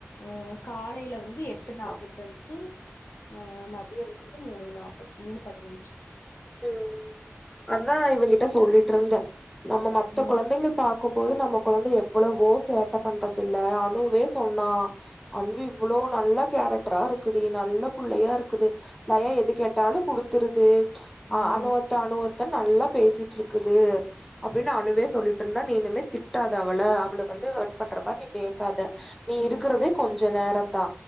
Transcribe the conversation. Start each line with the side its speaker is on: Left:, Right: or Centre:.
Left: ம் காலையில வந்து எட்டு நாப்பத்தஞ்சு
Centre: நா
Left: அ மதியம் குள்ள மூணு நாப் மூணு பதினஞ்சு
Centre: ம் அதா இவன் கிட்ட சொல்லிட்டு இருந்தே நம்ம மத்த
Left: ம்
Centre: கொழந்தைங்க பாக்கும்போது நம்ம குழந்தை எவ்ளவோ சேட்ட பண்றது இல்ல ஆனுவேஸ் சொன்னா அன்வி இவ்ளோ நல்ல கேரக்டரா இருக்குடி நல்ல புள்ளயா இருக்குது நா ஏ எது கேட்டாலு குடுத்துருது ஆ
Left: ம்
Centre: அணு அத்த அணு அத்தன்னு நல்லா பேசிட்டு இருக்குது அப்டின்னு அணுவே சொல்லிட்டு இருந்தா நீ இனிமே தி ட்டாத அவள அவள வந்து ஹேட் பண்ற மாரி நீ பேசாத நீ
Left: ம்
Centre: இருக்கிறதே கொஞ்ச நேரம் தா